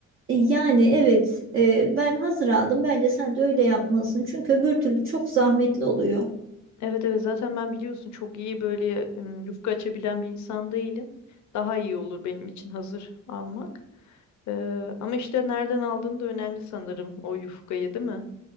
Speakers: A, on the right; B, on the left.
A: E, Yani evet e, ben hazır aldım bence sen de öyle yapmalısın çünkü öbür türlü çok zahmetli oluyor.
B: Evet evet zaten ben biliyorsun çok iyi böyle ım, yufka açabilen bir insan değilim. Daha iyi olur benim için hazır almak. Ee, ama işte nereden aldığın da önemli sanırım o yufkayı değil mi?